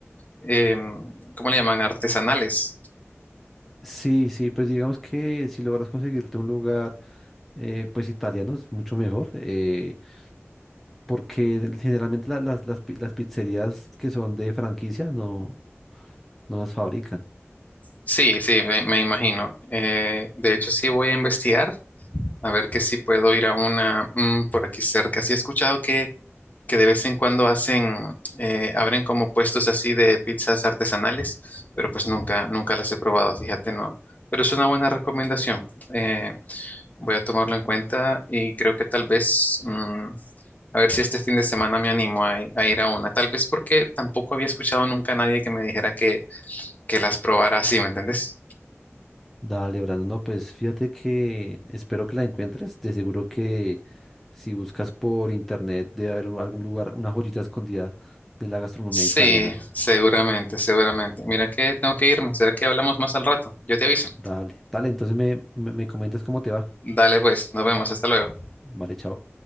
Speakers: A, on the left (about 35°); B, in the centre.
A: em, ¿cómo le llaman? Artesanales.
B: Sí, sí, pues digamos que si logras conseguirte un lugar, eh, pues italiano es mucho mejor. eh, porque generalmente la- las, las, pi- las pizzerías que son de franquicia no, no las fabrican.
A: Sí, sí, me, me imagino. Eh, de hecho, sí voy a investigar a ver que si puedo ir a una mm, por aquí cerca. Sí he escuchado que, que de vez en cuando hacen, eh, abren como puestos así de pizzas artesanales, pero pues nunca, nunca las he probado, fíjate, no. Pero es una buena recomendación. Eh, voy a tomarlo en cuenta y creo que tal vez, mm, a ver si este fin de semana me animo a, i- a ir a una. Tal vez porque tampoco había escuchado nunca a nadie que me dijera que, que las probara así, ¿me entendés?
B: Dale, Brandon, no, pues fíjate que espero que la encuentres. De seguro que si buscas por internet debe haber un- algún lugar, una joyita escondida de la gastronomía
A: Sí,
B: italiana.
A: seguramente, seguramente. Mira que tengo que irme. ¿Será que hablamos más al rato? Yo te aviso.
B: Dale, dale, entonces me, me, me comentas cómo te va.
A: Dale pues, nos vemos, hasta luego.
B: Vale, chao.